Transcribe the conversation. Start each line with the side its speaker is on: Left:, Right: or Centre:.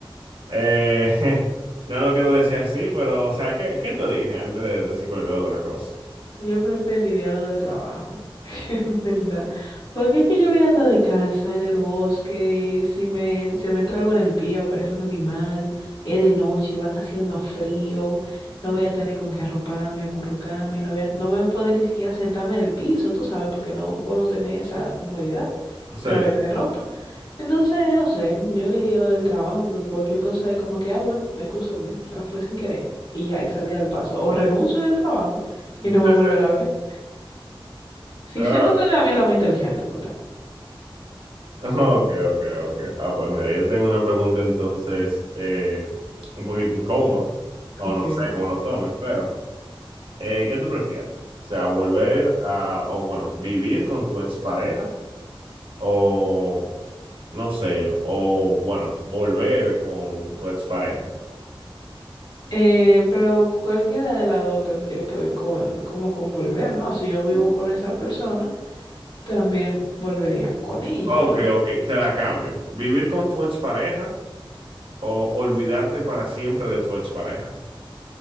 Right: Eh, <laughs> no lo quiero decir así, pero, o sea, ¿qué, qué tú eliges antes de decir cualquier otra cosa?
Left: Yo preferiría lo del trabajo, <laughs> en verdad. Porque es que yo voy a andar de calza en el bosque y si me, se me entra algo en el pie o parece un animal, es de noche, va a estar haciendo frío, no voy a tener con qué arroparme, acurrucarme, no voy a, no voy a poder ni siquiera sentarme en el piso, tú sabes, porque no puedo tener esa comodidad, porque
Right: Sí,
Left: no voy a tener ropa. Entonces, no sé, yo elegí lo del trabajo porque cualquier cosa es como que, ah, bueno, excúsenme, o sea, fue sin querer y ya, y salí del paso. O renuncio del trabajo
Right: sí,
Left: y no me vuelven
Right: sí.
Left: a ver. Sí,
Right: Ah,
Left: siento que la mía es la más inteligente, en verdad.
Right: <laughs> ok, ok, ok. Ah, pues mira, yo tengo una pregunta entonces eh, un poquito incómoda, o
Left: Ok.
Right: no sé cómo lo tomes, pero eh, ¿qué tú prefieres? O sea, volver a, o bueno, vivir con tu expareja, o no sé, o bueno, volver con tu expareja.
Left: Eh, pero cualquiera de las dos tendría que ver con, como con volver, ¿no? Si yo vivo
Right: No.
Left: con esa persona, también volvería con ella,
Right: Ok,
Left: ¿no?
Right: ok, te la cambio. Vivir con tu expareja o olvidarte para siempre de tu expareja.